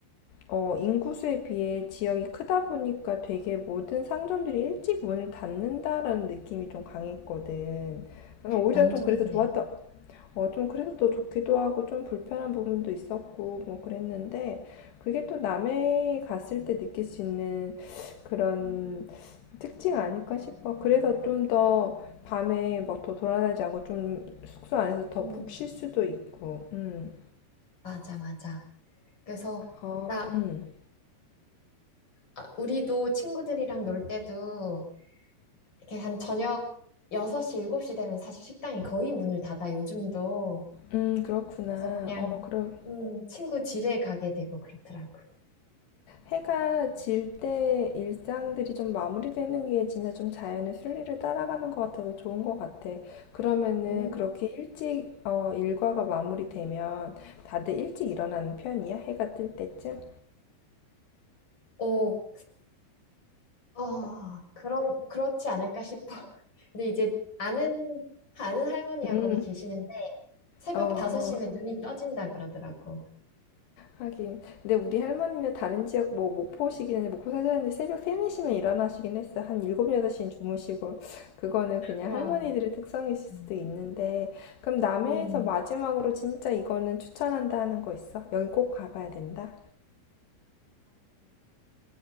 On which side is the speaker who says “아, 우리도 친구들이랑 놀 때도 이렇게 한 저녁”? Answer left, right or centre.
Left